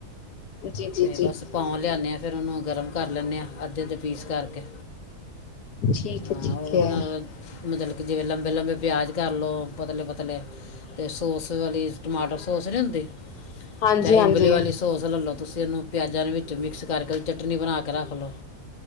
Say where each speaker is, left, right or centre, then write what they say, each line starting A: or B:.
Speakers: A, on the left (about 80°); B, on the left (about 35°).
A: ਜੀ ਜੀ
B: ਤੇ
A: ਜੀ
B: ਬਸ ਪਾਹ ਲਿਆਣੇ ਆ। ਫਿਰ ਉਹਨੂੰ ਗਰਮ ਕਰ ਲੈਂਦੇ ਹਾਂ ਅੱਧੇ-ਅੱਧੇ ਪੀਸ ਕਰਕੇ।
A: ਠੀਕ
B: ਹਾਂ
A: ਹੈ ਠੀਕ
B: ਇਹਦੇ
A: ਹੈ
B: ਨਾਲ, ਮਤਲਬ ਕਿ ਜਿਵੇਂ ਲੰਬੇ-ਲੰਬੇ ਪਿਆਜ ਕਰ ਲਓ। ਪਤਲੇ-ਪਤਲੇ ਤੇ ਸੋਸ ਵਾਲੀ ਟਮਾਟਰ ਸੋਸ ਨੀ ਹੁੰਦੀ।
A: ਹਾਂਜੀ
B: ਚਾਹੇ
A: ਹਾਂਜੀ
B: ਇਬਲੀ ਵਾਲੀ ਸੌਸ ਲੈ ਲਓ ਤੁਸੀਂ ਇਹਨੂੰ ਪਿਆਜ਼ਾਂ ਦੇ ਵਿੱਚ ਮਿਕਸ ਕਰਕੇ ਚਟਨੀ ਬਣਾ ਕੇ ਰੱਖ ਲਓ।